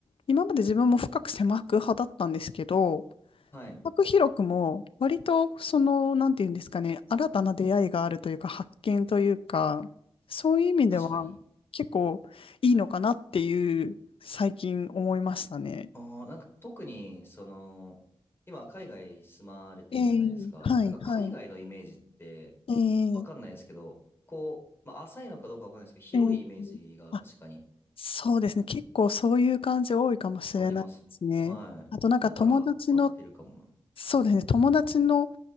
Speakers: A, on the left; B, on the left.
A: 今まで自分も深く狭く派だったんですけど、
B: はい。
A: 拓弘くも割とその、なんていうんですかね、新たな出会いがあるというか、発見というか、そういう意味では結構いいのかなっていう、
B: 確かに。
A: 最近思いましたね。
B: ああ、なんか特に、その、今、海外住まれてるじゃないですか。
A: ええ、はい、
B: なんか海外のイメージって、
A: はい。ええ、
B: わかんないですけど、こう、まあ、浅いのかどうかわかんないですけど、広いイメージが確かに
A: ええ。あ、そうですね。結構そういう感じ多いかもしれないですね。
B: あります。はい。
A: あとなんか友達の、
B: だから、合ってるかもな。
A: そうですね。友達の、